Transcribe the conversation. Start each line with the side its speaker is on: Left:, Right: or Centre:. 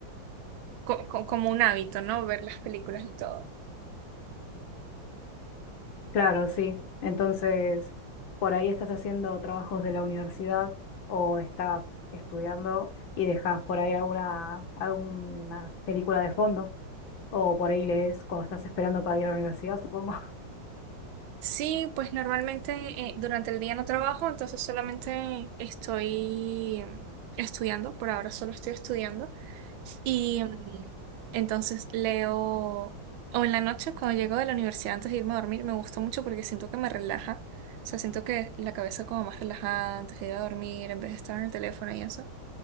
Right: co- co- como un hábito, ¿no? Ver las películas y todo.
Left: Claro, sí. Entonces, por ahí estás haciendo trabajos de la universidad o estás estudiando y dejas por ahí alguna, alguna película de fondo. O por ahí lees cuando estás esperando para ir a la universidad, supongo.
Right: Sí, pues normalmente eh, durante el día no trabajo, entonces solamente estoy em, estudiando, por ahora solo estoy estudiando y em, entonces leo o en la noche cuando llego de la universidad antes de irme a dormir me gusta mucho porque siento que me relaja, o sea, siento que la cabeza como más relajada antes de ir a dormir en vez de estar en el teléfono y eso.